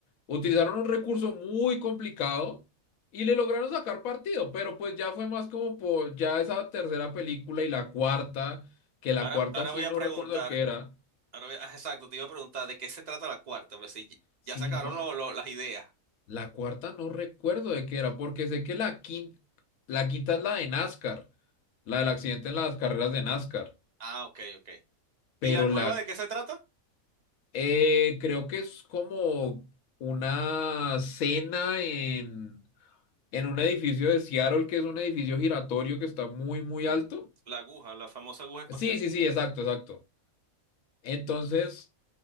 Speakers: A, on the left; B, on the right.
A: utilizaron un recurso muy complicado y le lograron sacar partido, pero pues ya fue más como por ya esa tercera película y la cuarta, que la
B: Ahora,
A: cuarta
B: ahora
A: sí
B: voy
A: no
B: a preguntar,
A: recuerdo de qué era.
B: ahora voy a- ah, exacto, te iba a preguntar de qué se trata la cuarta, pues si
A: Sí,
B: ya se acabaron
A: no.
B: lo- lo- las ideas.
A: La cuarta no recuerdo de qué era, porque sé que la quinta, la quinta es la de NASCAR, la del accidente en las carreras de NASCAR,
B: Ah, ok, ok.
A: pero
B: ¿Y la nueva
A: la
B: de qué se trata?
A: eh, creo que es como una cena en, en un edificio de Seattle, que es un edificio giratorio que está muy, muy alto.
B: La aguja, la famosa aguja espacial.
A: Sí, sí, sí, exacto, exacto. Entonces,